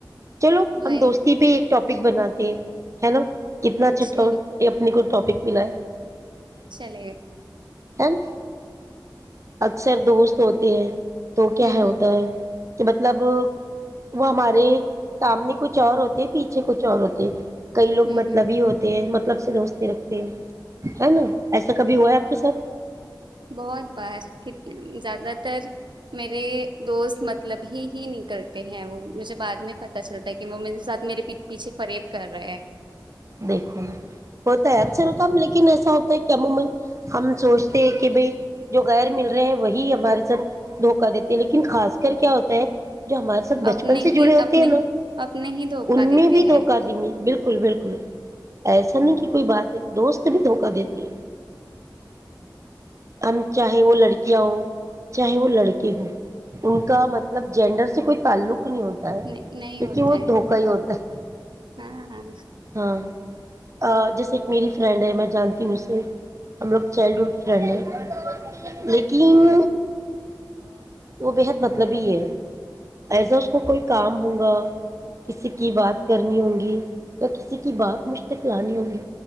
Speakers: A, on the right (about 40°); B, on the right (about 80°).
A: چلو
B: وہی
A: ہم دوستی پہ ایک ٹاپک بناتی ہے ہے نا کتنا چھٹا
B: چلے
A: یہ اپنے کو ٹاپک ملائے
B: چلیے
A: ہم اکثر دوست ہوتے ہیں تو کیا
B: ہوں
A: ہے ادھر تو مطلب وہ ہمارے سامنے کچھ اور ہوتے ہیں پیچھے کچھ اور ہوتے ہیں کئی لوگ
B: ہ
A: مطلب ہی ہوتے ہیں ب سے دوست رکھتے ہیں ہے نا ایسا کبھی ہوا ہے کی سب
B: بہت بارنے زیادہ تر میرے دوست مطلب ہی ہی نکلتے ہیں وہ مجھے بعد میں پت چلتا ہے کہ وہ میرے ساتھ میرے پیچھے فریب کر رہے ہیں
A: دیکھو ہوتا ہے اچھے رقم لیکن ایس ایا ہوتا ہے کہ امومن ہم سوچتے ہیں کہ بھائی جو غیر مل رہے ہیں وہی ہمارے ساتھ دھوکا دیتے ہیں لیکن خاص کر کیا ہوتا ہے جو ہمارے ساتھ بچپن
B: اپنے
A: سے
B: ہی
A: جڑے ہوتے
B: اپنے
A: ہیں نا
B: اپنے ہی دھوکا
A: ان
B: دیتے
A: میں بھی دھوکہ
B: ہیں
A: دیمی بالکل بالکل ایسا نہیں کہ کوئی بات ہے دوست بھی دھوکہ دیتی ہے ہم چاہے وہ لڑکیاں ہو چاہے وہ لڑکے ہو ان کا مطلب جینڈر سے کوئی تعلق نہیں ہوتا ہے
B: نہیں نہیں
A: کیونکہ
B: ہوتا
A: وہ
B: ہے
A: دھوکہ ہی ہوتا ہے
B: ہاں ہاں
A: ہاں جیسے ایک میری فرینڈ ہے میں جانتی ہوں اسے ہم لگ چائلڈ ہوڈ فرینڈ ہیں <unintelligible> تین
B: ہ
A: وہ بےحد مطلب ہی ہے ایسا اس کو کوئی کام ہوگا کسی کی بات کرنی ہوگی کسی کی بات مجھ تک لانی ہوگی